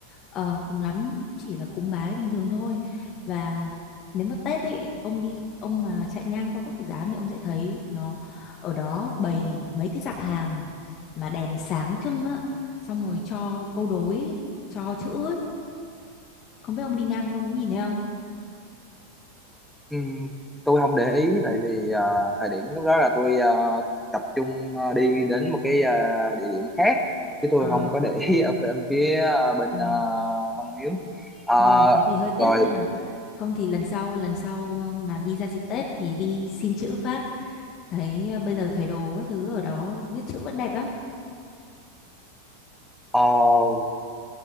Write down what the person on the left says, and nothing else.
Ờ, cùng lắm chỉ là cúng bái bình thường thôi. Và nếu mà Tết ấy ông đi ông mà chạy ngang qua Quốc tử giám thì ông sẽ thấy nó ở đó bày mấy cái dạp hàng mà đèn sáng trưng á xong rồi cho câu đối cho chữ ấy. không biết ông đi ngang qua ông có nhìn thấy không
Ờ
ờ,
trời thế thì hơi
tiếc nha không thì lần sau lần sau ờ, mà đi ra dịp Tết thì đi xin chữ phát thấy ờ, bây giờ thầy đồ các thứ ở đó viết chữ vẫn đẹp lắm